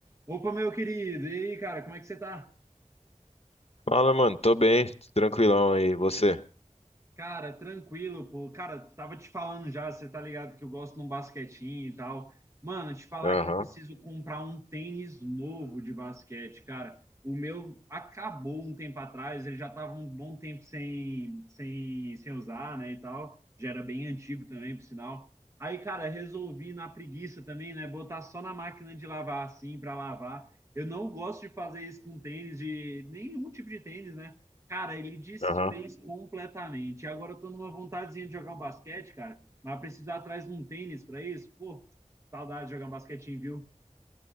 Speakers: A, on the right; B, on the left.
A: Opa, meu querido, e aí, cara, como é que você tá?
B: Fala, mano. Tô bem, tranquilão aí. Você?
A: Cara, tranquilo, pô. Cara, tava te falando já, você tá ligado que eu gosto de um basquetinho e tal. Mano, te falar
B: Aham,
A: que eu preciso comprar um tênis novo de basquete, cara. O meu acabou um tempo atrás, ele já tava um bom tempo sem, sem, sem usar, né, e tal. Já era bem antigo também, por sinal. Aí, cara, resolvi na preguiça também, né, botar só na máquina de lavar assim, pra lavar. Eu não gosto de fazer isso com tênis, de nenhum tipo de tênis, né? Cara, ele desfez
B: aham.
A: completamente. Agora eu tô numa vontadezinha de jogar um basquete, cara. Mas precisar preciso atrás de um tênis pra isso. Pô, saudade de jogar um basquetinho, viu?